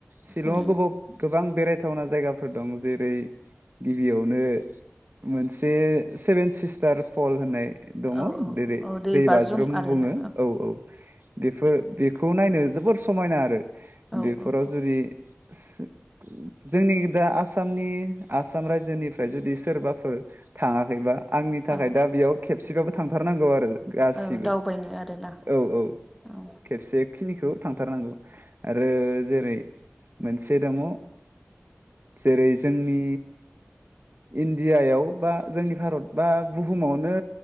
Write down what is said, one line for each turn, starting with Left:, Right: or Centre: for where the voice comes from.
Right: शिलंआव
Centre: उम
Right: गोबाव गोबां बेराय थावना जायगाफोर दं जेरै गिबियावनो मोनसे सेभेन सिस्टार फल होननाय दङ
Centre: उम औ
Right: जेरै
Centre: औ
Right: दै बाज्रुम
Centre: आरोना
Right: बुङो औ औ बेफोरखौ खौ नायनो जोबोर समायना आरो।
Centre: औ
Right: बेफोराव
Centre: औ
Right: जुदि <inaudible> जोंनि दा आसामनि आसाम रायजोनिफ्राय जुदि सोरबाफोर थाङाखैबा आंनि थाखाय
Centre: औ
Right: दा बेयाव खेबसेबाबो थांथारनांगौ आरो गासिबो
Centre: औ दावबायनो आरोना
Right: औ औ
Centre: औ
Right: खेबसे खिनिखौ थांथारनांगौ आरो जेरै मोनसे दङ जेरै जोंनि इण्डियायाव बा जोंनि भारत बा बुहुमावनो